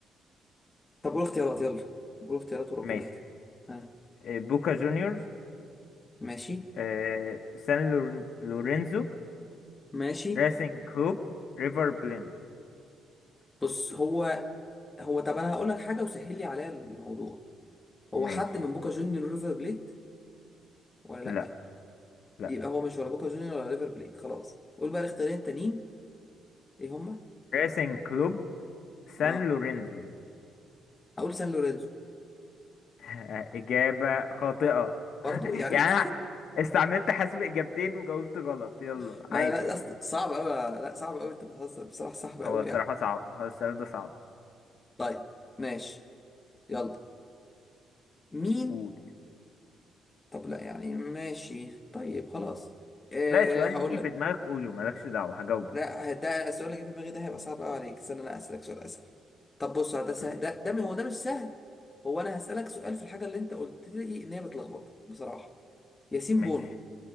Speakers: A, on the left; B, on the left.
A: طب قول اختيارات يلا قول اختيارات وربنا
B: ماشي
A: يكرم ها
B: آه، بوكا جونيورز
A: ماشي
B: آه، سان لور- لورينزو
A: ماشي
B: ريسنج كلوب ريفر بلين
A: بص هو هو طب انا هقول لك حاجه وسهل لي عليها الموضوع هو
B: ماشي
A: حد من بوكا جونيور ريفر بليت ولا
B: لا
A: لا
B: لا
A: يبقى هو مش ولا بوكا جونيور ولا ريفر بليت خلاص قول بقى الاختيارين التانيين ايه هما
B: ريسنج كلوب سان
A: اه
B: لورينزو
A: هقول سان لورينزو
B: <laughs> إجابة خاطئة
A: برضو
B: <laughs>
A: يعني
B: يعني
A: انت
B: أنا استعملت حسب إجابتين وجاوبت غلط يلا
A: <laughs> ما
B: عادي
A: لا أصل صعب قوي لا صعب قوي انت بتهزر بصراحه صعب قوي
B: هو الصراحة
A: يعني
B: صعب هو السؤال ده صعب
A: طيب ماشي يلا مين
B: قول
A: طب لا يعني ماشي طيب خلاص أه
B: لا السؤال
A: هقول
B: يجي
A: لك
B: في دماغك قوله مالكش دعوة هجاوبه
A: لا ده السؤال اللي جه في دماغي ده هيبقى صعب قوي عليك استنى انا اسالك سؤال اسهل طب بص ده سهل
B: طيب
A: ده ده هو ده مش سهل هو انا هسالك سؤال في الحاجه اللي انت قلت لي ان هي بتلخبطك بصراحه ياسين
B: ماشي
A: بونو